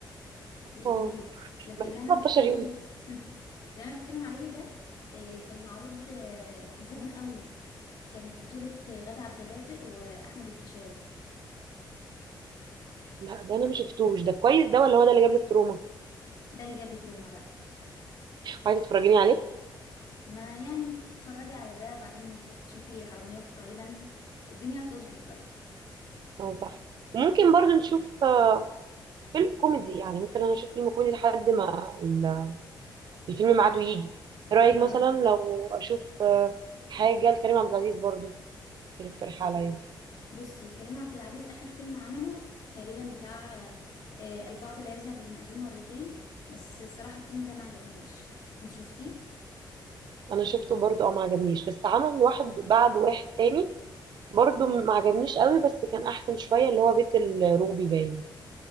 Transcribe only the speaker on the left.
الجديد
لكن
اللي
انا
بتكلم
<laughs> اللي انا بتكلم عليه ده آه، كان معروض آه، من زمان قوي كانت بطولة غادة عبد الرازق واحمد الفيشاوي
ده اللي جاب لي تروما بقى
ما يعني تتفرجي على ده بعدين تروحي تشوفي حرامية في تايلاند الدنيا هتظبط بقى
طب
ه-
بصي كريم عبد العزيز اخر فيلم عمله تقريبا بتاع آه، آه، البعض لا يذهب للمأذون مرتين بس الصراحة الفيلم ده ما عجبنيش انت شفتيه